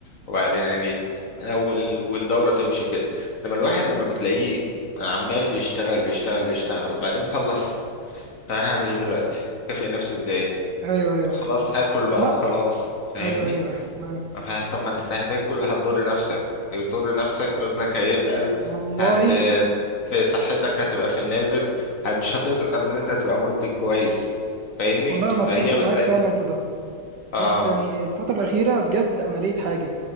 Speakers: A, on the left; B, on the right.
A: وبعدين أنا جيت أول والدورة تمشي كده لما الواحد لما بتلاقيه عمال بيشتغل بيشتغل بيشتغل وبعدين خلص طب أنا هعمل إيه دلوقتي؟ أكافئ نفسي إزاي؟
B: ايوه ايوه
A: طب خلاص هاكل بقى
B: لا
A: وخلاص فاهمني؟
B: ايوه ايوه ايوه معاك
A: طب طب ما أنت هتاكل هتضر نفسك هتضر نفسك وزنك هيتقل
B: والله
A: هت صحتك هتبقى في النازل هت- مش هتقدر إن أنت تبقى منتج كويس فاهمني؟
B: والله انا
A: فهي
B: اتفق
A: بتلاقي
B: معاك فعلا في ده
A: آه
B: بس يعني الفتره الاخيره بجد انا لقيت حاجه